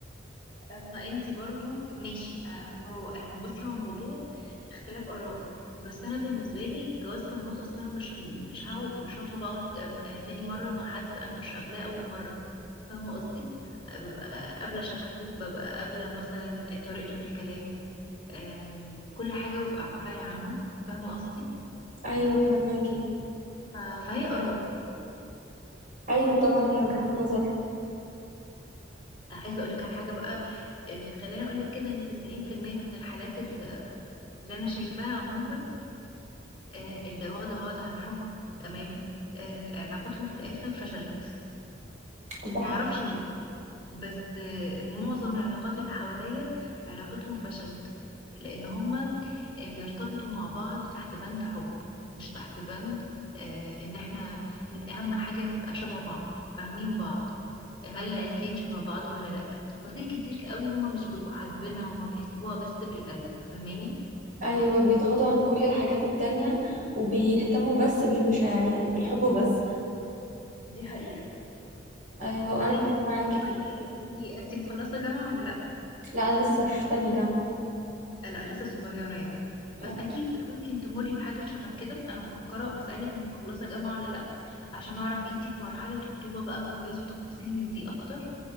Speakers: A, on the left; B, on the right.
A: اما انتي برضو ماشي آه، هو هو بصي هو الموضوع اختلاف اراء بس انا بالنسبه لي جواز صالونات اصلا أنا مش مش هقعد مش هطلب اقعد آه، تاني مره مع حد انا مش قابلاه اول مره فاهمه قصدي آه، ببقى قابله شكله ببقى قابله مثلا طريقته في الكلام آه، كل حاجه ببقى عارفاها عنه فاهمه قصدي
B: أيوة فهماكي
A: ف- فهي اراء
B: أيوة طبعا هي وجهة نظر
A: عايزه اقولك على حاجه بقى اللي خلاني اقولك كده ان 90% من الحالات اللي انا شايفاها عموما آه، اللي واخدة بعض عن حب تمام آه، علاقتهم في الآخر فشلت
B: ده حق.
A: معرفش ليه بس آه، معظم العلاقات اللي حواليا علاقتهم فشلت لأن هما آه، بيرتبطوا مع بعض تحت بند حب مش تحت بند آه، إن احنا أهم حاجة نبقى شبه بعض فاهمين بعض هل العيلتين شبه بعض ولا لأ تفاصيل كتير قوي هما مش بيبقوا حاسبينها هما بيحسبوها بس بالقلب فاهماني
B: أيوة بيتغاضوا عن كل الحاجات التانية وبيهتموا بس بالمشاعر يعني بالحب وبس
A: دي حقيقة
B: أيوة
A: عايز
B: أنا معاكي في الحتة
A: انتي
B: دي
A: انتي مخلصة جامعة ولا لأ
B: لا انا لسه في تانية جامعة
A: آه، لا لسه صغيرة يعني
B: اه
A: بس أكيد ممكن تمري بحاجة شبه كده أنا مفكرة بسألك أنت مخلصة جامعة ولا لأ عشان أعرف أنت في مرحلة خطوبة بقى وجواز وتفاصيل من دي أكتر